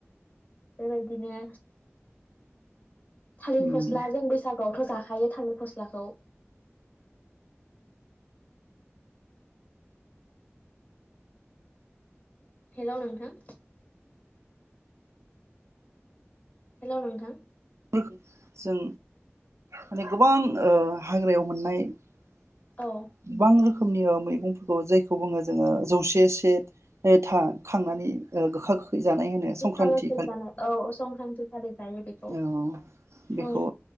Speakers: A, on the left; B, on the right.
A: बेबायदिनो थालिर
B: उम
A: फस्ला जों बैसागुआवथ' जाखा हयो थांनो फस्लाखौ हेलौ नोंथां हेलौ नोंथां
B: <unintelligible> जों माने गोबां ओ हाग्रायाव मोननाय <inaudible>
A: औ
B: गोबां रोख रोखोमनि मैगंफोरखौ जायखौ बुङो जोङो जौसे से था खांनानै ओ गोखा गोखै जानाय होनो
A: गोखा
B: संक्रान्ति
A: गोखै जानाय औ संक्रान्ति खालि जायो बेखौ
B: अ बेखौ
A: औ